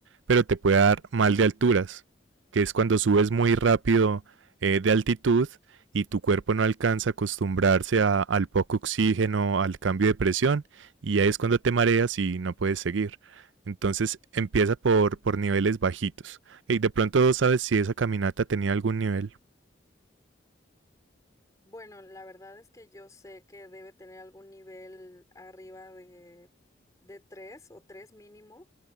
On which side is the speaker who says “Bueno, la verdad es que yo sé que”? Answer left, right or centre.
Left